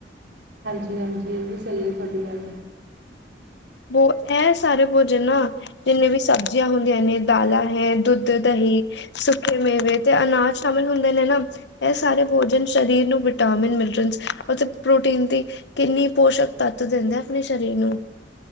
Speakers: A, on the right; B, on the left.
A: ਹਾਂਜੀ-ਹਾਂਜੀ, ਇਹ ਵੀ ਸਹੀ ਹੈ ਤੁਹਾਡੀ ਗੱਲ,
B: ਬੋ ਇਹ ਸਾਰੇ ਭੋਜਨ ਨਾ, ਜਿੰਨੇ ਵੀ ਸਬਜ਼ੀਆਂ ਹੁੰਦੀਆ ਨੇ ਦਾਲਾਂ ਹੈ ਦੁੱਧ, ਦਹੀਂ ਸੁੱਖੇ ਮੇਵੇ ਤੇ ਅਨਾਜ ਸ਼ਾਮਿਲ ਹੁੰਦੇ ਨੇ ਨਾ। ਏ ਸਾਰੇ ਭੋਜਨ ਸਰੀਰ ਨੂੰ ਵਿਟਾਮਿਨ, ਮਿਨਰਲਜ ਅਤੇ ਪ੍ਰੋਟੀਨ ਦੀ ਕਿੰਨੀ ਪੋਸ਼ਕ ਤੱਤ ਦਿੰਦਾ ਆਪਣੇ ਸਰੀਰ ਨੂੰ।